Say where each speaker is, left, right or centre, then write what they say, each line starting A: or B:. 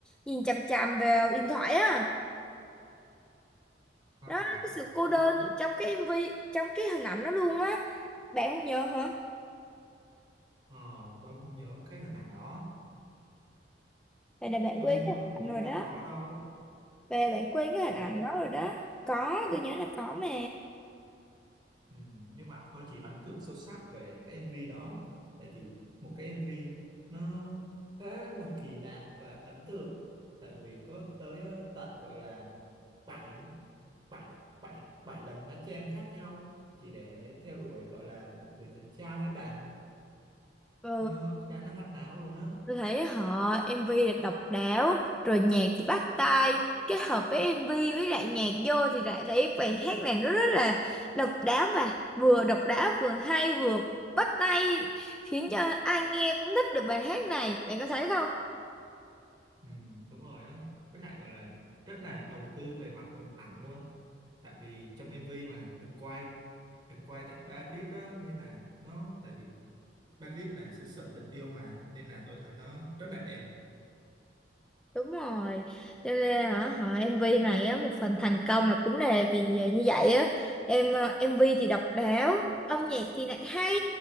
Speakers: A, in the centre; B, on the right.
A: nhìn chằm chằm vào điện thoại á.
B: ờ
A: Đó, cái sự cô
B: tôi
A: đơn ở trong cái MV, trong cái hình ảnh đó luôn á. Bạn không nhớ hả?
B: ờ tôi không nhớ cái hình ảnh đó
A: Vậy là bạn
B: tôi
A: quên
B: nhớ
A: cái hình
B: hình
A: ảnh
B: như
A: rồi
B: đâu
A: đó.
B: có đâu
A: Về bạn quên cái hình
B: hình
A: ảnh
B: như
A: đó rồi đó. Có, tôi nhớ là có mà.
B: Ừ, nhưng mà tôi chỉ ấn tượng sâu sắc về cái MV đó tại vì một cái MV nó khá là kỳ lạ và ấn tượng tại vì có tới ờ, tận gọi là bảy bảy bảy bảy lần hóa trang khác nhau chỉ để theo đuổi gọi là một người chàng trai các bạn
A: Ừ,
B: nó khá là hắc não luôn á
A: Tôi thấy họ MV là độc đáo, rồi nhạc thì bắt tai, kết hợp với MV với lại nhạc vô thì lại thấy bài hát này nó rất là độc đáo và vừa độc đáo vừa hay vừa bắt tai khiến cho ai nghe cũng thích được bài hát này. Bạn có thấy không?
B: ừ, đúng rồi á với lại gọi là rất là đầu tư về mặt hình ảnh luôn tại vì trong MV mà được quay được quay tại Paris á nên là nó tại vì Paris là xứ sở tình yêu mà nên là tôi thấy nó rất là đẹp
A: Đúng rồi. Cho nên hả, họ MV này á, một phần thành công là cũng là vì như vậy á. Em ờ, MV thì độc đáo, âm nhạc thì lại hay.